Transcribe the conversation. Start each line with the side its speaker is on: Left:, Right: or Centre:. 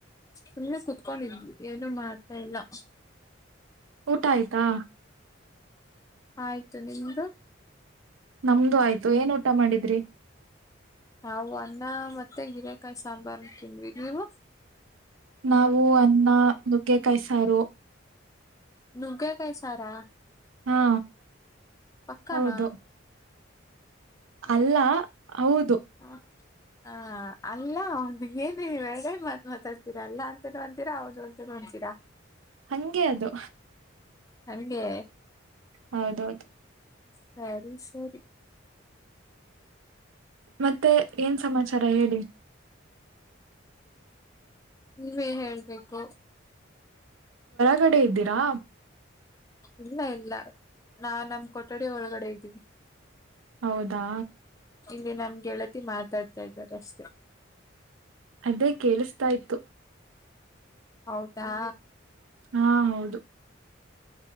Left: ಸುಮ್ಮನೆ ಸುತ್ಕೊಂಡಿದ್ವಿ ಏನು ಮಾಡ್ತಾ ಇಲ್ಲ <inaudible>
Right: ಊಟ ಆಯ್ತಾ
Left: ಆಯ್ತು ನಿಮ್ದು
Right: ನಮ್ದು ಆಯ್ತು ಏನ್ ಊಟ ಮಾಡಿದ್ರಿ
Left: ನಾವು ಅನ್ನ ಮತ್ತೆ ಹೀರೆಕಾಯಿ ಸಾಂಬಾರ್ ತಿಂದ್ವಿ ನೀವು
Right: ನಾವು ಅನ್ನ ನುಗ್ಗೆ ಕಾಯಿ ಸಾರು
Left: ನುಗ್ಗೆ ಕಾಯಿ ಸಾರಾ
Right: ಹಾ
Left: ಪಕ್ಕಾನ
Right: ಹೌದು ಅಲ್ಲ ಹೌದು
Left: ಹಾ ಹ ಅಲ್ಲ ಒಂದು ಏನೆ ಎರಡು ಮಾತ್ ಮಾತಾಡ್ತೀರಾ ಅಲ್ಲಾ ಅಂತ ಅಂತೀರ ಹೌದು <unintelligible> ಚಿರಾ
Right: ಹಂಗೆ ಅದು
Left: ಹಂಗೆ
Right: ಹೌದೌದು
Left: ಸರಿ ಸರಿ
Right: ಮತ್ತೆ ಏನ್ ಸಮಾಚಾರ ಹೇಳಿ
Left: ನೀವೇ ಹೇಳ್ಬೇಕು
Right: ಕೆಗಡೆ ಇದ್ದೀರಾ
Left: ಇಲ್ಲ ಇಲ್ಲ ನಾ ನಮ್ ಕೊಠಡಿ ಒಳಗಡೆ ಇದ್ದೀವಿ
Right: ಹೌದಾ
Left: ಇಲ್ಲಿ ನಮ್ ಗೆಳತಿ ಮಾತಾಡ್ತಾ ಇದ್ದಾರೆ ಅಷ್ಟೇ
Right: ಅದೇ ಕೇೇಳಿಸತಾ ಇ್ತತ್ತು
Left: ಹೌದಾ
Right: ಹಾ ಹೌದು